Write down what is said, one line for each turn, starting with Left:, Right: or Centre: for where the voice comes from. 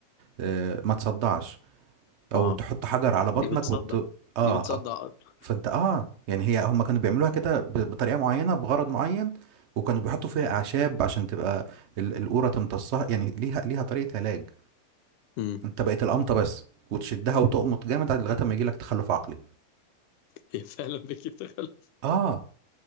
Right: آه، ما تصدعش او
Left: اه
Right: تحط حجر على بطنك
Left: دي بتصدع
Right: وت... اه
Left: دي بتصدع
Right: آه.
Left: اكتر
Right: فانت اه يعني هي هم كانوا بيعملوها كده ب... بطريقة معينة بغرض معين وكانوا بيحطوا فيها أعشاب عشان تبقى ال- القورة تمتصها يعني ليها ليها طريقة علاج
Left: امم
Right: انت بقيت القمطه بس وتشدها وتقمط جامد لغايه ما يجي لك تخلف عقلي
Left: هي فعلا بتجيب تخلف
Right: اه